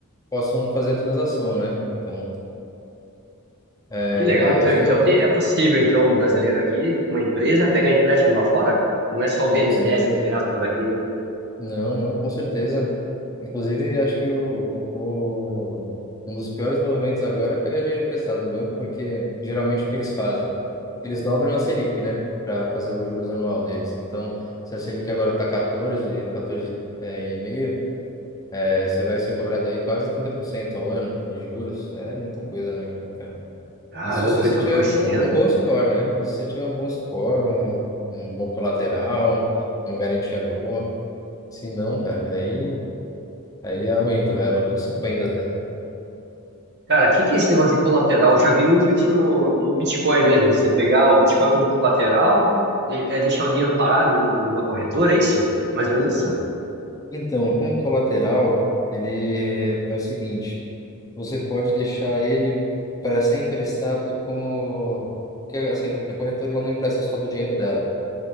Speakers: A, on the left; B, on the right.
A: possam fazer a transação, né? Então, eh,
B: Que legal, então.
A: acho
B: Então
A: que é,
B: tem- é possível, então, um brasileiro aqui, com uma empresa, pegar empréstimo lá fora? Não é só o BNDES,
A: com certeza.
B: entre aspas, aqui, né?
A: Não, não, com certeza. Inclusive, acho que o, o, um dos piores movimentos agora é pegar dinheiro emprestado em banco, porque geralmente o que eles fazem? Eles dobram a Selic, né? Para fazer o juros anual deles. Então, se a Selic agora está 14, 14 é, e meio, é, você vai ser cobrado aí quase 30% ao ano de juros. É muita coisa, né, cara?
B: Caramba,
A: Isso se
B: trinta
A: você tiver
B: por
A: um,
B: cento.
A: um bom score, né? E se você tiver um bom score, um, um bom colateral, uma garantia boa. Se não, cara, aí, aí aumenta, vai lá com 50 até.
B: Cara, o que que é esse negócio de colateral? Eu já vi muito isso no, no Bitcoin mesmo. Você pegar o Bitcoin como colateral, de- é deixar o dinheiro parado em, um- em uma corretora, é isso? Mais ou menos isso.
A: Então, como colateral, ele é o seguinte. você pode deixar ele para ser emprestado como que assim, a corretora ela não empresta só do dinheiro dela.